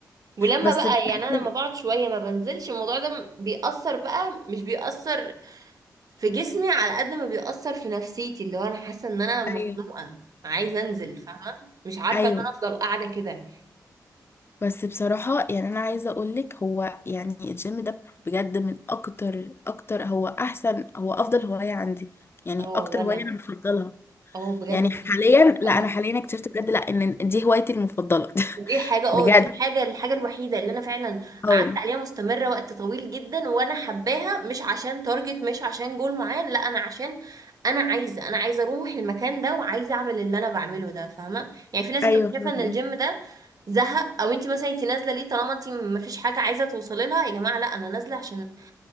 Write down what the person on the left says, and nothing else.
بس
بجد-
ايوه
ايوه
بس بصراحة يعني أنا عايزة أقولك هو يعني الجيم ده بجد من أكتر أكتر هو أحسن هو أفضل هواية عندي يعني
أكتر
هواية أنا بفضلها
يعني حاليا
لا
أنا حاليا اكتشفت بجد لا إن دي هوايتي المفضلة
<laughs>
بجد
أه
أيوه
فاهمة